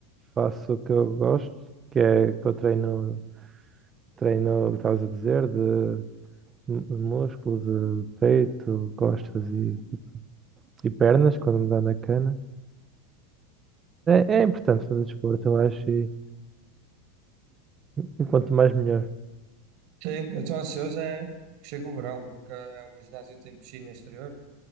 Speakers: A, on the right; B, on the right.
A: faço o que eu gosto, que é que eu treino, treino o que estavas a dizer, de mu- músculo, de peito, costas e, e pernas, quando me dá na cana. É, é importante fazer desporto, eu acho, e, e quanto mais melhor.
B: Sim, eu estou ansioso é que chegue o verão, porque eh, o meu ginásio tem piscina exterior